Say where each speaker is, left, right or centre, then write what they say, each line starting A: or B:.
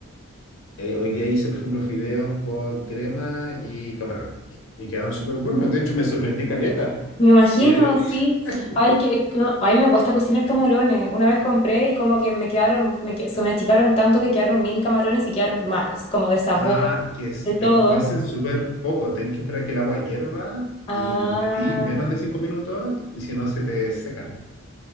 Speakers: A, on the left; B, on the left.
A: Eh, hoy día hice, por ejemplo, fideos con crema y camarones. Y quedaron súper buenos. De hecho, me sorprendí caleta.
B: Me imagino,
A: que
B: sí.
A: <laughs>
B: Ay, que, que no- a mí me cuesta cocinar camarones. Una vez compré y como que me quedaron, me, que- se me achicaron tanto que quedaron mini camarones y quedaron malos, como de sabor,
A: Ah, es que se
B: de todo.
A: cuece súper poco. Tenés que esperar que el agua hierva
B: Ah.
A: y los metí menos de 5 minutos, y si no se te secan.